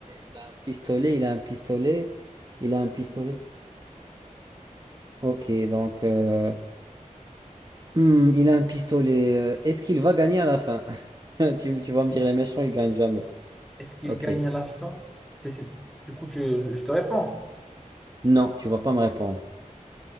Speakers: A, on the right; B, in the centre.
A: il a un pistolet, il a un pistolet, il a un pistolet. Ok, donc, euh, hmm, il a un pistolet. euh, Est-ce qu'il va gagner à la fin? <laughs> Tu, tu vas me dire, les méchants, ils gagnent jamais.
B: Est-ce qu'il
A: Ok.
B: gagne à la fin? C'est, c'est- Du coup, tu- je, je te réponds.
A: Non, tu vas pas me répondre.